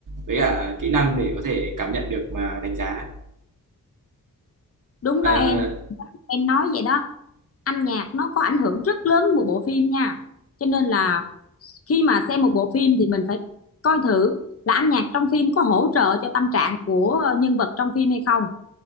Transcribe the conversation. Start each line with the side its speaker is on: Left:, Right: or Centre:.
Right: với cả kỹ năng để có thể cảm nhận được mà đánh giá
Left: Đúng
Right: Ờ,
Left: đó em, em nói vậy đó. Âm nhạc nó có ảnh hưởng rất lớn một bộ phim nha. Cho nên là khi mà xem một bộ phim thì mình phải coi thử là âm nhạc trong phim có hỗ trợ cho tâm trạng của nhân vật trong phim hay không